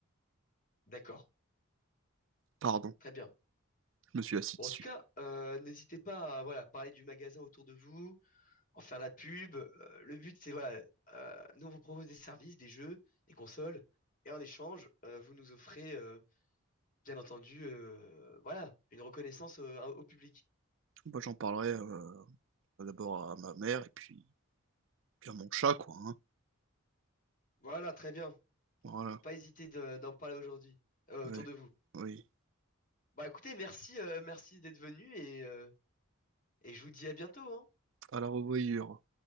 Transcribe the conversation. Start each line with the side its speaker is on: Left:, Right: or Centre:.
Left: D'accord,
Right: Pardon,
Left: très bien.
Right: je me suis assis
Left: Bon,
Right: dessus.
Left: en tout cas, euh, n'hésitez pas à voilà, parler du magasin autour de vous, en faire la pub. Euh, le but, c'est voilà, euh, nous on vous propose des services, des jeux, des consoles, et en échange, euh, vous nous offrez, euh, bien entendu, euh, voilà, une reconnaissance euh, au public.
Right: Bah, j'en parlerai euh, d'abord à ma mère, et puis Puis à mon chat, quoi. hein.
Left: Voilà, très bien. Faut
Right: Voilà.
Left: pas hésiter de- d'en parler aujourd'hui euh,
Right: Ouais.
Left: autour de vous.
Right: Oui.
Left: Bah écoutez, merci, euh, merci d'être venu et euh, Et je vous dis à bientôt, hein.
Right: À la revoyure.